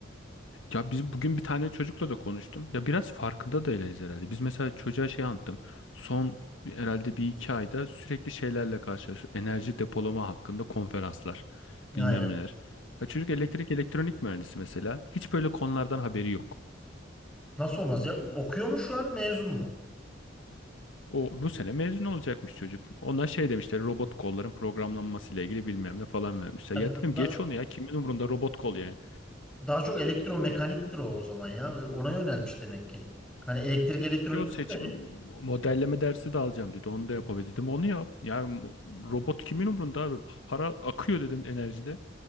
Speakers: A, on the left; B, in the centre.
A: Ya biz bugün bir tane çocukla da konuştum. Ya biraz farkında da değiliz herhalde. Biz mesela çocuğa şey anlattım. Son bir- herhalde bir iki ayda sürekli şeylerle karşılaşıyoruz. Enerji depolama hakkında konferanslar, bilmem
B: Aynen.
A: neler. Ya çocuk elektrik elektronik mühendisi mesela. Hiç böyle konulardan haberi yok.
B: Nasıl olmaz ya? Okuyor mu şu an mezun mu?
A: O bu sene mezun olacakmış çocuk. Ona şey demişler robot kolların programlanması ile ilgili bilmem ne falan vermişler.
B: Ya
A: Ya
B: d-
A: dedim
B: daha,
A: geç onu ya kimin umurunda robot kol yani.
B: daha çok elektromekaniktir o o zaman ya. Ona yönelmiş demek ki. Hani elektrik elektronik
A: Ki O seçim
B: değil de
A: modelleme dersi de alacağım dedi. Onu da yapabilir dedim. Onu yap. Ya m- robot kimin umrunda abi? Para akıyor dedim enerjide.